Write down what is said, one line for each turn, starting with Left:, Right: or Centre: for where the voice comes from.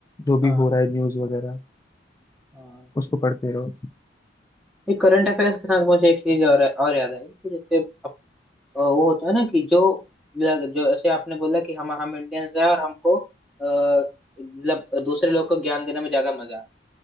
Left: जो भी
Centre: हाँ
Left: हो रहा है न्यूज वगैरह
Centre: हाँ
Left: उसको पढ़ते रहो
Centre: ये करंट अफेयर्स के साथ मुझे एक चीज और और याद आई कि जैसे अप- वो होता है ना कि जो लग- जो ऐसे आपने बोला कि हम हम इंडियंस हैं और हमको अ, मतलब दूसरे लोग को ज्ञान देने में ज्यादा मजा आता है।